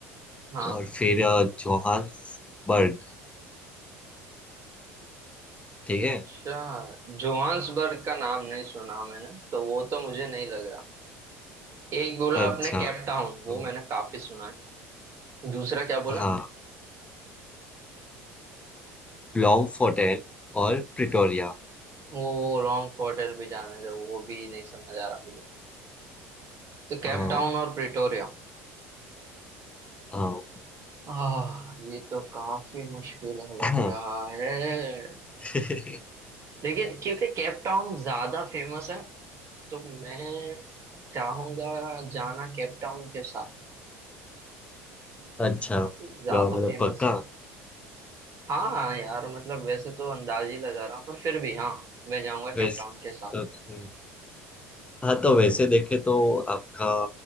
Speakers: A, on the right (about 45°); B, on the left (about 15°).
A: हाँ
B: और फिर अ, जोहान्सबर्ग ठीक
A: अच्छा
B: है
A: जोहान्सबर्ग का नाम नहीं सुना मैंने तो वो तो मुझे नहीं लग रहा एक बोला
B: अच्छा
A: आपने केप टाउन वो
B: तो
A: मैंने काफी सुना है दूसरा क्या बोला
B: हाँ ब्लॉम फोर्टेन और प्रिटोरिया
A: वो वो लॉन्ग होटल भी जाना है तो वो भी नहीं समझ आ रहा मुझे तो
B: हाँ
A: केप टाउन और प्रिटोरिया
B: हाँ
A: आह ये तो काफी मुश्किल
B: <clears throat>
A: लग
B: हाँ।
A: रहा है
B: <laughs>
A: लेकिन क्योंकि केप टाउन ज्यादा फेमस है तो मैं चाहूंगा जाना केप टाउन के साथ
B: अच्छा
A: ये ज्यादा
B: ब- मतलब
A: फेमस
B: पक्का
A: है हाँ हाँ यार मतलब वैसे तो अंदाज ही लगा रहा हूँ पर फिर भी हाँ मैं जाऊंगा कैपटाउन
B: वैसे
A: के साथ
B: हम्म, हाँ तो वैसे देखे तो आपका